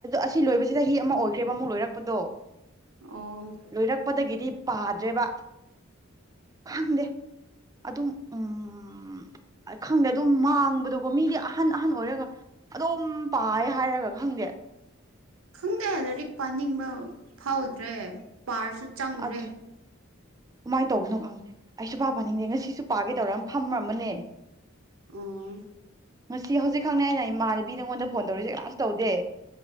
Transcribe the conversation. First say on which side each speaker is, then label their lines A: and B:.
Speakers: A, on the right (about 15°); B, on the right (about 85°).
A: ꯑꯁꯤ ꯂꯣꯏꯕꯁꯤꯗ ꯍꯤ ꯑꯃ ꯑꯣꯏꯈ꯭ꯔꯦꯕ ꯑꯃꯨꯛ ꯂꯣꯏꯔꯛꯄꯗꯣ
B: ꯑꯣ
A: ꯂꯣꯏꯔꯛꯄꯗꯒꯤꯗꯤ ꯄꯥꯗ꯭ꯔꯦꯕ ꯈꯪꯗꯦ ꯑꯗꯨꯝ ꯎꯝ ꯈꯪꯗꯦ ꯑꯗꯨꯝ ꯃꯥꯡꯕꯗꯣꯀꯣ ꯃꯤꯗꯤ ꯑꯍꯟ ꯑꯍꯟ ꯑꯣꯏꯔꯒ ꯑꯗꯨꯝ ꯄꯥꯏ ꯍꯥꯏꯔꯒ ꯈꯪꯗꯦ
B: ꯈꯪꯗꯦ ꯂꯥꯏꯔꯤꯛ ꯄꯥꯅꯤꯡꯕ ꯐꯥꯎꯗ꯭ꯔꯦ ꯄꯔꯁꯨ ꯆꯪꯗ꯭ꯔꯦ
A: ꯑꯗꯨ ꯀꯃꯥꯏꯅ ꯇꯧꯕꯅꯣ ꯈꯪꯗꯦ ꯑꯩ ꯁꯨꯄꯥ ꯄꯥꯅꯤꯡꯗꯦ ꯉꯁꯤꯁꯨ ꯄꯥꯒꯦ ꯇꯧꯔ ꯐꯃꯝꯕꯅꯦ
B: ꯑꯣ
A: ꯉꯁꯤ ꯍꯧꯖꯤꯛ ꯈꯪꯅꯤ ꯑꯩꯅ ꯏꯃꯥꯟꯅꯕꯤ ꯅꯪꯉꯣꯟꯗ ꯐꯣꯟ ꯇꯧꯔꯤꯁꯦ ꯀꯅꯥꯁꯨ ꯇꯧꯗꯦ